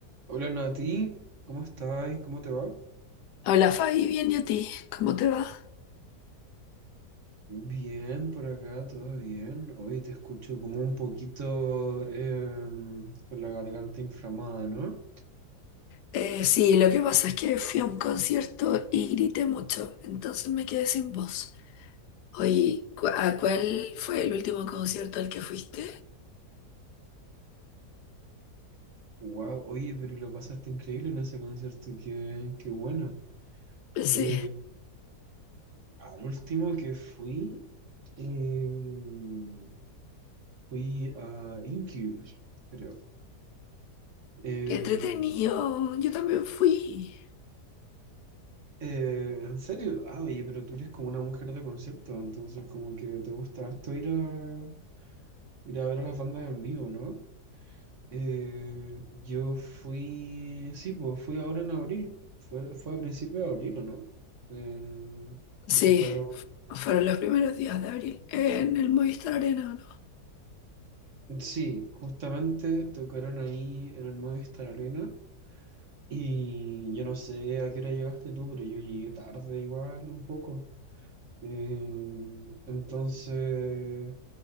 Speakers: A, on the right; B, on the left.
A: Hola Nati, ¿cómo estás? ¿Cómo te va?
B: Hola Fabi, bien y a ti, ¿cómo te va?
A: Bien, por acá, todo bien. Oye, te escucho como un poquito em, con la garganta inflamada, ¿no?
B: Eh, sí, lo que pasa es que fui a un concierto y grité mucho, entonces me quedé sin voz. Oye, ¿cu- ¿a cuál fue el último concierto al que fuiste?
A: Wow, oye, pero lo pasaste increíble en ese concierto, qué, qué bueno.
B: Pues
A: Eh,
B: Sí,
A: al último que fui, em, fui a Incubus, creo. Eh,
B: qué entretenido, yo también fui.
A: eh, ¿en serio? Ah, oye, pero tú eres como una mujer de concierto, entonces como que te gusta harto ir a, ir a ver a las bandas en vivo, ¿no? Eh, yo fui, sí, pues fui ahora en abril, fue, fue a principios de abril, ¿o no? Eh,
B: Sí,
A: que tocaron,
B: fueron los primeros días de abril en el Movistar Arena,
A: sí, justamente tocaron ahí en el Movistar Arena y yo no sé a qué hora llegaste tú, pero yo llegué tarde igual un poco. Eh, entonces,